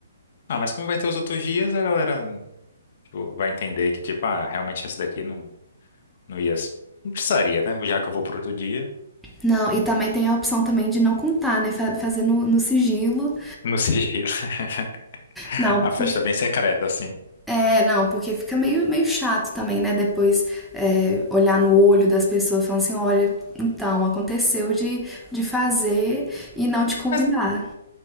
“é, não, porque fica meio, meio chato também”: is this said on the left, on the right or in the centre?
Centre